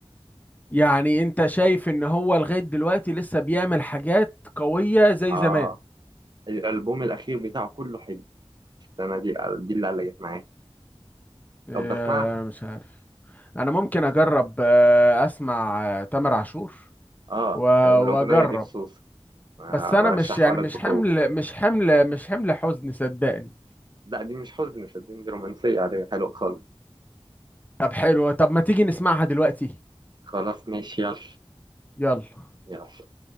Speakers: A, on the left; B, on the right.
A: يعني أنت شايف إن هو لغاية دلوقتي لسه بيعمل حاجات قوية زي
B: آه
A: زمان
B: الألبوم الأخير بتاعه كله حلو أنا دي دي اللي علقت معايا
A: إيه
B: طب بسمعها
A: مش عارف أنا ممكن أجرب آه، أسمع آه، تامر عاشور
B: آه
A: و-
B: والأغنية
A: وأجرب
B: دي خصوصا
A: بس أنا
B: وارشحها
A: مش يعني
B: لك
A: مش
B: بقوة
A: حمل مش حمل مش حمل حزن صدقني
B: لا دي مش حزن صدقني دي رومانسية عادية حلوة خالص
A: طب حلو طب ما تيجي نسمعها دلوقتي
B: خلاص ماشي يلا
A: يلا
B: يلا